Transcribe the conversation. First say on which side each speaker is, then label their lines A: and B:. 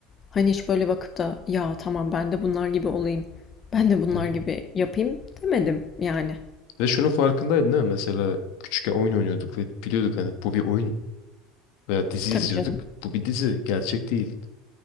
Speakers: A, on the left (about 30°); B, on the left (about 70°).
A: Hani hiç böyle bakıp da ya tamam ben de bunlar gibi olayım. Ben de bunlar
B: Hı
A: gibi yapayım demedim yani.
B: Ve şunun farkındaydın değil mi? Mesela küçükken oyun oynuyorduk ve biliyorduk hani bu bir oyun veya dizi
A: Tabii
B: izliyorduk.
A: canım.
B: Bu bir dizi, gerçek değil.